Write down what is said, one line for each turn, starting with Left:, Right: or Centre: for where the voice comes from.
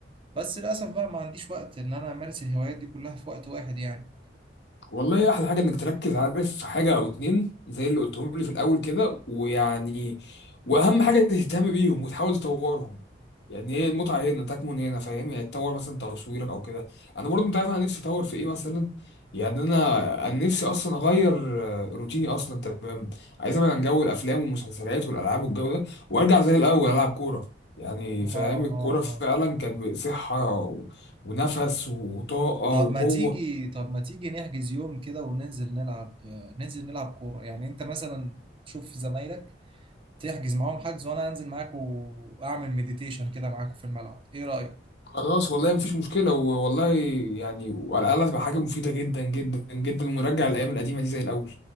Right: بس للاسف بقى ما عنديش وقت ان انا امارس الهوايات دي كلها في وقت واحد يعني
Left: والله احلى حاجه انك تركز عارف في حاجه او اتنين زي اللي قلتهم لي في الاول كده ويعني واهم حاجه تهتم بيهم وتحاول تطورهم يعني هي المتعه هنا تكمن هنا فاهم يعني تطور مثلا تصويرك او كده انا برضو انت عارف انا نفسي اطور في ايه مثلا يعني انا انا نفسي اصلا اغير آه، روتيني اصلا تمام عايز ابعد عن جو الافلام والمسلسلات والالعاب والجو ده وارجع زي الاول العب كوره يعني
Right: اه
Left: فاهم الكوره
Right: اه
Left: فعلا
Right: اه
Left: كانت صحه و- ونفس وطاقه
Right: طب
Left: وقوه
Right: ما تيجي طب ما تيجي نحجز يوم كده وننزل نلعب ننزل نلعب كورة يعني انت مثلا تشوف زمايلك تحجز معاهم حجز وانا انزل معاك واعمل مديتيشن كده معاكوا في الملعب ايه رأيك
Left: خلاص والله مفيش مشكلة و- والله يعني وعلى الأقل هتبقى حاجة مفيدة جدا جدا جدا ونرجع الأيام القديمة دي زي الأول